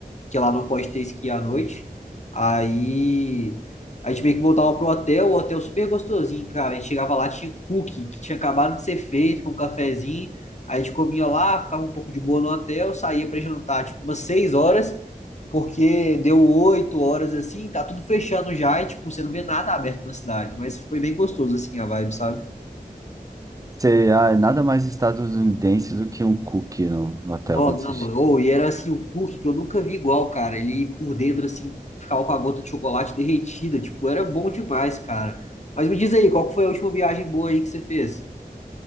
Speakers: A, on the left; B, on the right.
A: que lá não pode ter esqui à noite. Aí a gente meio que voltava pro hotel, o hotel super gostosinho, cara. A gente chegava lá, tinha cookie que tinha acabado de ser feito com um cafezinho. Aí a gente comia lá, ficava um pouco de boa no hotel, saía pra jantar tipo umas 6 horas, porque deu 8 horas assim, tá tudo fechando já e tipo, você não vê nada aberto na cidade, mas foi bem gostoso assim a vibe, sabe?
B: Você, ah, nada mais estadunidense do que um cookie no, no hotel
A: Não,
B: quando
A: não.
B: você
A: Ou, e era assim, o cookie que eu nunca vi igual, cara. Ele por dentro, assim, ficava com a gota de chocolate derretida. Tipo, era bom demais, cara. Mas me diz aí, qual que foi a última viagem boa aí que você fez?